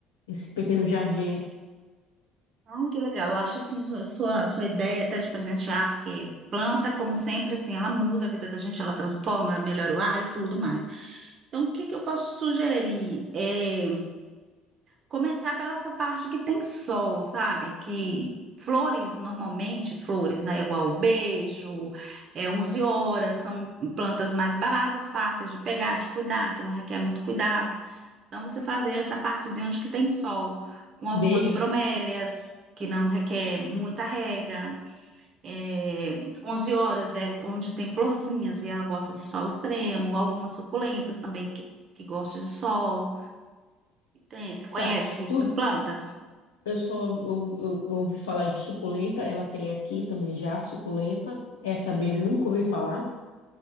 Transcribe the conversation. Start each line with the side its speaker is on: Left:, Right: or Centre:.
Left: esse pequeno jardim.
Right: Ah, que legal, eu acho, assim, a sua, a sua ideia até de presentear, porque planta, como sempre, assim, ela muda a vida da gente, ela transforma, melhora o ar e tudo mais. Então, o que que eu posso sugerir? É, Começar pela essa parte que tem sol, sabe? Que flores, normalmente, flores, né? Igual beijo, é 11 horas, são plantas mais baratas, fáceis de pegar, de cuidar, que não requer muito cuidado. Então, você fazer essa partezinha onde que tem sol, com algumas
Left: Beijo.
Right: bromélias, que não requer muita rega. É, 11 horas é onde tem florzinhas e ela gosta de sol extremo, algumas suculentas também que, que gostam de sol. Tem, você conhece
Left: Tá.
Right: essas
Left: Tu,
Right: plantas?
Left: eu só eu, eu- eu ouvi falar de suculenta, ela tem aqui também já, suculenta. Essa beijo nunca ouvi falar.